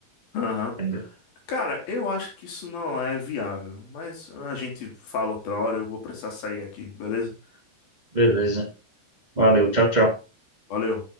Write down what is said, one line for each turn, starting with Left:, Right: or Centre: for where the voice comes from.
Left: Aham.
Right: Entendeu?
Left: Cara, eu acho que isso não é viável, mas a gente fala outra hora, eu vou precisar sair aqui, beleza?
Right: Beleza. Valeu, tchau, tchau.
Left: Valeu.